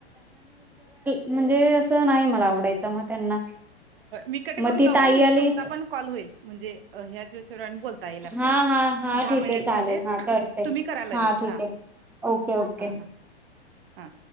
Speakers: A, in the centre; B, on the right (about 55°).
A: म्हणजे असं नाही मला आवडायचं मग त्यांना
B: मी कट
A: मग
B: करून
A: ती
B: लावू
A: ताई
B: काय म्हणजे
A: आली
B: तुमचा पण कॉल होईल म्हणजे ह्याच दिवशी बोलतो आपल्या
A: हा हा हा
B: दहा
A: ठीक
B: मिन
A: आहे चालेल
B: झाले
A: हा करते
B: तुम्ही करा लगे
A: ठीक
B: हा
A: आहे ओके ओके
B: हा हा हा